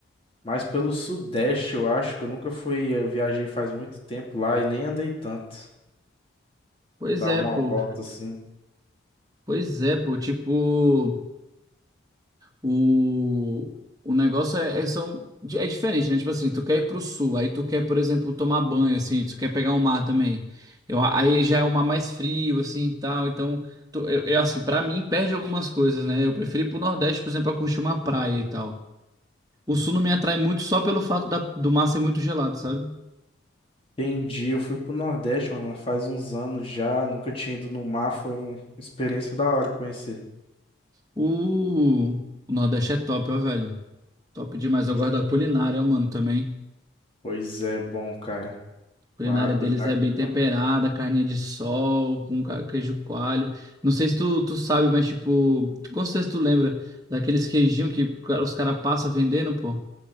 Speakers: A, on the left; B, on the right.
A: mais pelo Sudeste, eu acho, que eu nunca fui, eu viajei faz muito tempo lá e nem andei tanto.
B: Pois
A: Dar
B: é,
A: uma
B: pô.
A: volta assim.
B: Pois é, pô. Tipo. o o negócio é é, são é diferente né tipo assim tu quer ir pro sul aí tu quer por exemplo tomar banho assim tu quer pegar o mar também eu aí já é um mar mais frio assim e tal então tu- eu eu, assim para mim perde algumas coisas né eu prefiro ir pro nordeste por exemplo para curtir uma praia e tal o sul não me atrai muito só pelo fato da do mar ser muito gelado sabe
A: Entendi, eu fui pro Nordeste, mano, faz uns anos já, nunca tinha ido no mar, foi uma experiência da hora conhecer.
B: o o nordeste é top ó, velho top demais
A: Bi-
B: eu gosto da culinária ó, mano também
A: Pois é, bom, cara.
B: A culinária
A: Lá, culinária
B: deles é
A: é
B: bem
A: muito
B: temperada,
A: boa.
B: carninha de sol, com ca- queijo coalho. Não sei se tu, tu sabe, mas tipo, com certeza tu lembra daqueles queijinhos que ca- os caras passam vendendo, pô.